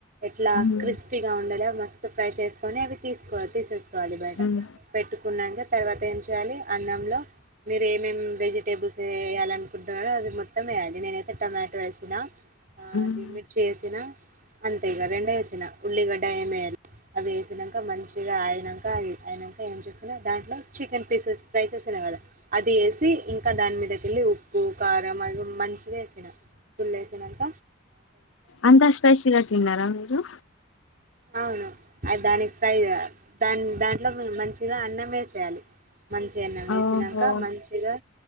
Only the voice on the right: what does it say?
ఎట్లా
క్రిస్పీగ ఉండలే మస్తు ఫ్రై చేసుకొని అవి తీస్కో తీసేస్ కోవాలి బయట
పెట్టుకున్నంక తర్వాత ఏం చేయాలి అన్నంలో మీరు ఏమేం వెజిటేబుల్స్ వేయ్యాలనుకుంటున్నరో అది మొత్తం వేయాలి నేనైతే టొమాటో ఏసినా ఆదీ
మిర్చి ఏసినా అంతే ఇగ రెండే ఏసిన ఉల్లిగడ్డ ఏమేయల్ అవి ఏసినంక మంచిగా అయినంక అయి అయినంక ఏం చేసిన దాంట్లో చికెన్ పీసెస్ ఫ్రై చేసిన నా గదా అది ఏసి ఇంకా దాని మీదకెళ్ళి ఉప్పు కారం అవి మంచిదగ ఏసిన పుల్ ఏసినంక
అవును అది దానికి ఫ్రై జేయాల్ దాన్ దాంట్లో మంచిగా అన్నమేసేయాలి మంచిగన్నం ఏసినంక
మంచిగా